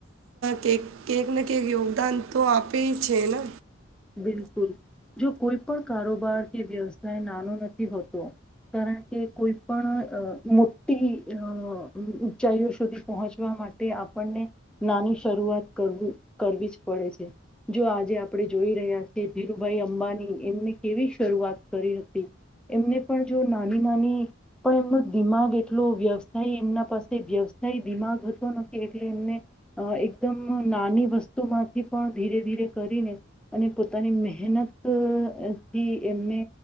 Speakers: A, on the right; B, in the centre.
A: કે કકને કંક યોગદાન તો આપે છે ને.
B: બિલકુલ જો કોઈ પણ કારોબાર કે વ્યવસાય નાનો નથી હોતો કારણ કે કોઈ પણ મોટી અ ઊંચાઈઓ સુધી પહોંચવા માટે, આપણને નાની શરૂઆત કર કરવી જ પડે છે, જો આજે આપણે જોઈ રહ્યા છે ધીરુભાઈ અંબાની એમને કેવી શરૂઆત કરી હતી. એમને પણ જો નાની નાની પણ એમનો દિમાગ એટલો વ્યવસાય એમના પાસે વ્યવસાય દિમાગ હતો નથી એટલે એમને અહ એકદમ નાની વસ્તુમાંથી પણ ધીરે ધીરે કરીને અને પોતાની મહેનત અહ થી એમને